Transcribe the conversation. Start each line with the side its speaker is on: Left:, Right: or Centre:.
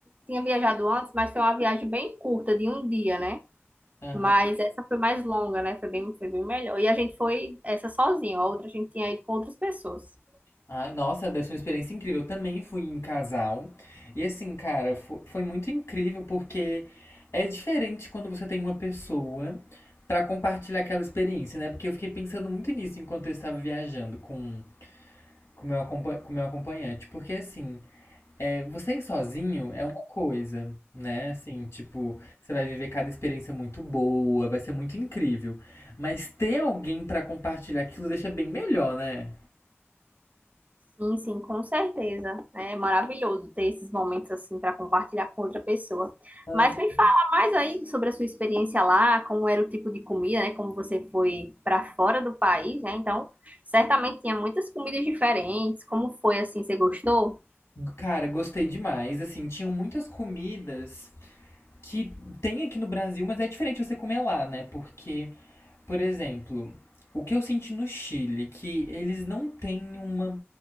Right: tinha viajado antes, mas foi uma viagem bem curta, de um dia, né?
Left: Aham.
Right: Mas essa foi mais longa, né? Foi bem, foi bem melhor. E a gente foi essa sozinho, a outra a gente tinha ido com outras pessoas.
Left: Ai, nossa, deve ser uma experiência incrível. Eu também fui em casal. E assim, cara, fo- foi, muito incrível porque é diferente quando você tem uma pessoa pra compartilhar aquela experiência, né? Porque eu fiquei pensando muito nisso enquanto eu estava viajando com com meu acompa- com meu acompanhante. Porque assim, É, você ir sozinho é uma coisa, né? Assim, tipo, você vai viver cada experiência muito boa, vai ser muito incrível. Mas ter alguém pra compartilhar aquilo deixa bem melhor, né?
Right: Sim, sim, com certeza. É maravilhoso ter esses momentos assim para compartilhar com outra pessoa.
Left: Ah,
Right: Mas me fala mais aí sobre a sua experiência lá, como era o tipo de comida, né? Como você foi para fora do país, né? Então, certamente tinha muitas comidas diferentes. Como foi assim? Você gostou?
Left: Cara, gostei demais. Assim, tinham muitas comidas que tem aqui no Brasil, mas é diferente você comer lá, né? Porque, por exemplo, o que eu senti no Chile, que eles não têm uma